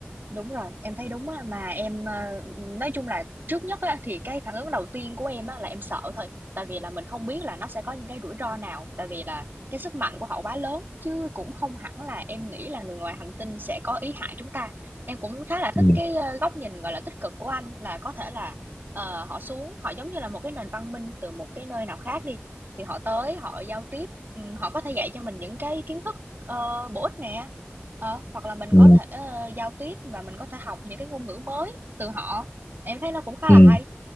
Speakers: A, on the right; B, on the left.
A: Đúng rồi, em thấy đúng á, mà em, ờ, nói chung là trước nhất á, thì cái phản ứng đầu tiên của em á, là em sợ thôi. Tại vì là mình không biết là nó sẽ có những cái rủi ro nào, tại vì là cái sức mạnh của họ quá lớn, chứ cũng không hẳn là em nghĩ là người ngoài hành tinh sẽ có ý hại chúng ta. Em cũng khá là thích
B: ừ,
A: cái, ơ, góc nhìn, gọi là, tích cực của anh, là có thể là, ờ, họ xuống, họ giống như là một cái nền văn minh từ một cái nơi nào khác đi, thì họ tới họ giao tiếp, ừm, họ có thể dạy cho mình những cái kiến thức, ờ, bổ ích nè, Ờ, hoặc là mình
B: ừ,
A: có thể, ơ, giao tiếp và mình có thể học những cái ngôn ngữ mới từ họ, em thấy nó cũng khá
B: ừ,
A: là hay.